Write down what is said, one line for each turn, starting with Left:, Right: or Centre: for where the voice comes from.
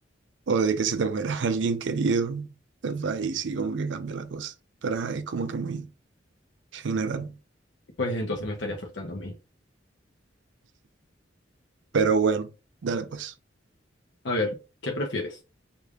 Right: o de que se te muera <laughs> alguien querido, entonces ahí sí como que cambia la cosa, pero ajá, es como que muy general,
Left: Pues entonces me estaría afectando a mí.
Right: pero bueno, dale pues,
Left: A ver, ¿qué prefieres?